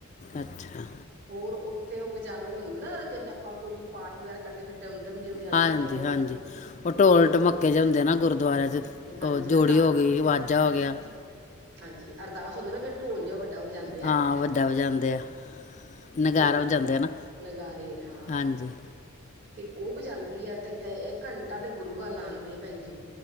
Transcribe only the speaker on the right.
ਹੋਰ ਉੱਥੇ, ਉਹ ਵਜਾਣ ਵਾਲੇ ਹੁੰਦੇ ਨਾ, ਜਿੰਝ ਆਪਾਂ ਕੋਈ ਪਾਠ ਵਗੈਰਾ, ਕਰਦੇ ਫਿਰ ਡਮਡਮ ਜੇ ਵਜਾਂਦੇ
ਆ ਤਾਂ <unintelligible>
ਉਹ
ਹਾਂਜੀ,
ਵਜਾਂਦੇ
ਹਾਂਜੀ, ਅਰਦਾਸ ਹੁੰਦੀ ਨਾ ਫ਼ਿਰ ਢੋਲ ਜਾ ਵੱਡਾ ਵਜਾਂਦੇ। ਐ
ਉਹ
ਲਗਾ ਰੇ ਹਾਂ।
ਤੇ ਉਹ ਵਜਾਂਦੀ ਐ ਤੇ ਘੰਟਾ ਤੇ ਗੁਰੂ ਘਰ ਲਾ ਆਂਦੀ ਆ ਭੈਣਜੀ।